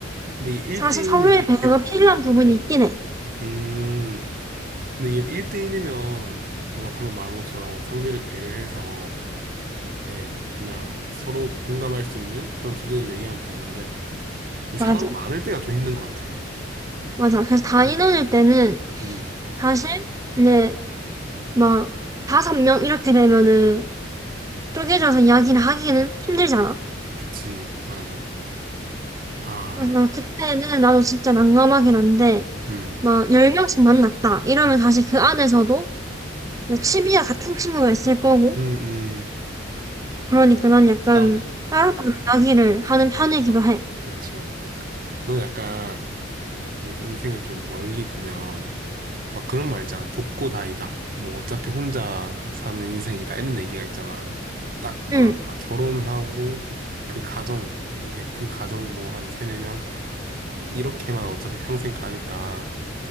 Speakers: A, on the right; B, on the right.
A: 근데 1대1이면
B: 사실 서로의
A: 그렇게
B: 배려가
A: 되는데.
B: 필요한 부분이 있긴 해.
A: 음, 근데 이게 1대1이면 뭔가 방금 말한 것처럼 상대를 배려해서 이렇게 그냥 서로 공감할 수 있는 그런 주제를 얘기하면 되는데 이 사람이
B: 맞아.
A: 많을 때가 좀 힘든 것 같아.
B: 맞아. 그래서 다
A: 음,
B: 이뤄질 때는
A: 음,
B: 사실 이제 막 다섯 명 이렇게 되면은 쪼개져서 이야기를 하기는 힘들잖아.
A: 그치, 맞아. 아,
B: 그래서 나 그때는
A: 음,
B: 나도 진짜 난감하긴 한데
A: 음,
B: 막 열 명씩 만났다 이러면
A: 어,
B: 사실 그 안에서도 그냥 취미와 같은 친구가 있을 거고
A: 음, 음,
B: 그러니까
A: 음,
B: 난 약간
A: 따로,
B: 따로따로 이야기를 하는 편이기도
A: 보는 거
B: 해.
A: 그치. 너 약간 그 인생을 좀 멀리 보면 막 그런 말 있잖아. 독고다이다. 뭐 어차피 혼자 사는 인생이다. 이런 얘기가 있잖아. 딱 뭐랄까,
B: 응,
A: 결혼하고 그 가정, 이렇게 그 가정 뭐 한 세네 명 이렇게만 어차피 평생 가니까